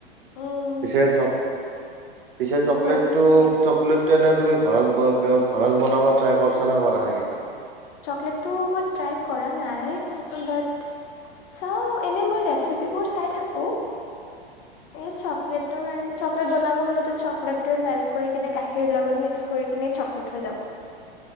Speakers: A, on the left; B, on the right.
A: উম,
B: পিছে চব পিছে
A: কি
B: চকলেট
A: কয়
B: টো চকলেট তো এনে তুমি ঘৰত ঘৰত বনাবা ট্ৰাই কৰিছা নে কৰা নাই কেয়াবা
A: চকলেটটো মই ট্ৰাই কৰা নাই বাট চাওঁ এনে মই ৰেচিপিবোৰ চাই থাকোঁ এ চ প্লেটৰ কাৰণে চকলেট বনাব চকলেটে মেলট কৰি কিনে গাখীৰ লগত মিক্স কৰি কিনে চকলেট হৈ যাব।